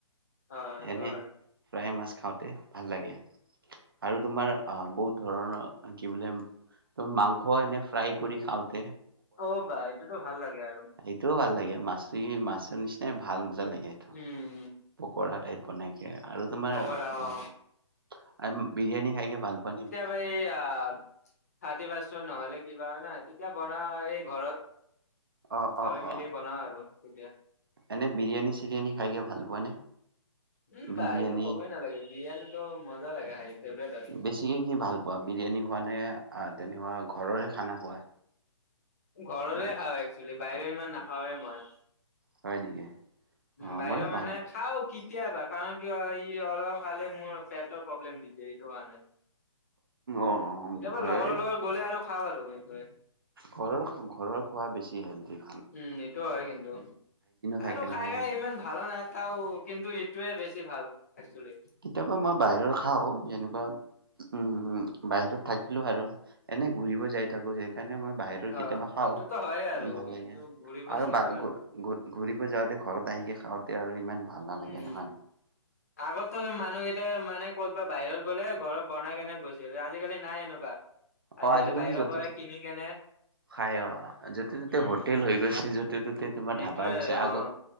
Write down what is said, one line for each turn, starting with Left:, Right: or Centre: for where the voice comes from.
Left: অ সেইটো
Right: এনে
Left: হয়
Right: ফ্ৰাই মাছ খাওঁতে ভাল লাগে আৰু তোমাৰ আহ বহুত ধৰণৰ কি বোলে ত মাংস এনে ফ্ৰাই কৰি খাওঁতে
Left: অ' বাই এইটো ভাল লাগে আৰু।
Right: এইটোও ভাল লাগে মাছটো মাছৰ নিচিনাই ভাল মজা লাগে সেইটো।
Left: উম।
Right: কৰায় টাইপ বনাই আৰু তোমাৰ,
Left: পকৰা
Right: বিৰিয়ানী
Left: অ
Right: খাইকে ভাল পোৱা নেকি?
Left: এইয়া, থাৰ্টি পাচেন্ট নহ'লে- কিবা হয় নাই তেতিয়া বনাই এই ঘৰত,
Right: অ',
Left: চবে
Right: অ',
Left: মিলি
Right: অ'।
Left: বনাও আৰু তেতিয়া।
Right: এনে বিৰিয়ানী চিৰিয়ানী খাইকে ভাল পোৱা নে?
Left: উম
Right: বিৰিয়ানী
Left: বা এইটো ক'বই নালাগে বিৰিয়ানীটো মজা লাগে খাই। ফেভৰেট হয় এইটো।
Right: বেছিকে কি ভাল পোৱা বিৰিয়ানী খোৱা নে তেনেকুৱা ঘৰৰে খানা খোৱা?
Left: ঘৰৰে
Right: নে কি?
Left: খাওঁ একচোৱেলি বাহিৰে ইমান নাখওঁয়ে মই।
Right: হয় নেকি।
Left: উম
Right: অ',
Left: বাহিৰৰ
Right: মই
Left: মানে
Right: ভাল
Left: খাওঁ। কেতিয়াবা কাৰণ কি হয় অলপ খালেই মোৰ পেটৰ প্ৰব্লেম দিছে এইটো কাৰণে। কেতিয়াবা
Right: অ', ঘৰৰে
Left: লগৰ লগত গ'লে আৰু খাওঁ আৰু সেইটোৱে।
Right: ঘৰৰ ঘৰৰ খোৱা বেছি হেলডি।
Left: উম এইটো হয় কিন্তু,
Right: থাকে
Left: আৰু
Right: নহয়।
Left: খাই খাই ইমান ভাল নাই তাও- কিন্তু এইটোৱে বেছি ভাল একচেলি।
Right: কেতিয়াবা মই বাহিৰৰ খাওঁ যেনেকুৱা, উম উম। বাহিৰত থাকিলো আৰু এনে ঘুৰিব যাই থাকো সেইকাৰণে মই বাহিৰত-
Left: অ
Right: কেতিয়াবা খাওঁ
Left: এইটোতো হয় আৰু
Right: ভাল লাগে,
Left: এইটো ঘূৰিব
Right: আৰু বা
Left: যোৱাত
Right: ঘূৰিব যাওঁতে ঘৰত আহিকে খাওঁতে আৰু ইমান- ভাল নালাগে
Left: উম।
Right: <inaudible>
Left: আগতো মানুহকেইটাই মানে ক'তবাত বাহিৰত গ'লে ঘৰত বনাই কেনে গৈছিল আজিকালি নাই এনেকুৱা। আজিকালি
Right: অ',
Left: বাহিৰৰ
Right: য'তে
Left: পৰাই কিনি কেনে-
Right: খাই অ য'তে ততে
Left: উম
Right: হোটেল হৈ গৈছে য'তে ত'তে তোমাৰ
Left: সেইটোৱে
Right: ধাবা হৈছে
Left: আৰু অ
Right: আগত-